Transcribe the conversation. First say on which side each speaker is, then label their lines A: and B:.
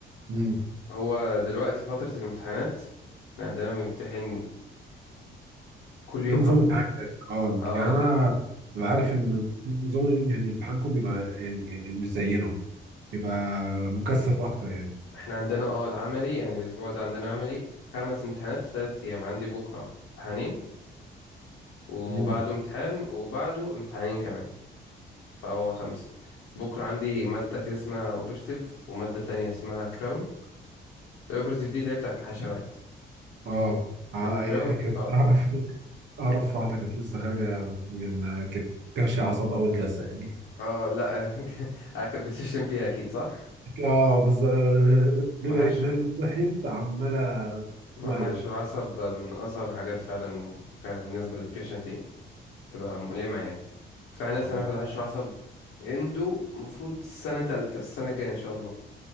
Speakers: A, on the right (about 65°); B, on the left (about 85°).
A: مم.
B: هو دلوقتي فترة الامتحانات احنا عندنا بنمتحن كل يوم
A: ايه نظام
B: حرفيا
A: امتحاناتك اه
B: اه
A: يعني انا ببقى عارف ان نظام يعني امتحانكم بيبقى يعني يعني مش زينا بيبقى مكثف اكتر يعني
B: احنا عندنا اه العملي يعني الاسبوع ده عندنا عملي خمس امتحانات في ثلاث ايام عندي بكرة امتحانين وبعده
A: امم
B: امتحان وبعده امتحانين كمان فهو خمسة بكرة عندي مادة كده اسمها اوبرتيف ومادة تانية اسمها كراون الاوبرتيف دي اللي هي بتاعت الحشوات
A: اه ع-
B: الكراون
A: يعني كنت
B: اه
A: اعرف اعرف واحده كانت لسه خارجه من كانت تعشي عصب اول جلسه يعني
B: اه لا <laughs> كانت بتشتم فيها اكيد صح
A: اه بالظبط رجعت
B: محاش
A: نامت صحيت عماله
B: محاش
A: تولول
B: العصب من اصعب الحاجات فعلا بالنسبة للبيشنتين تبقى مؤلمة يعني بس انا
A: آه،
B: لسه هناخد حشو عصب اندو المفروض السنة تالتة السنة الجاية ان شاء الله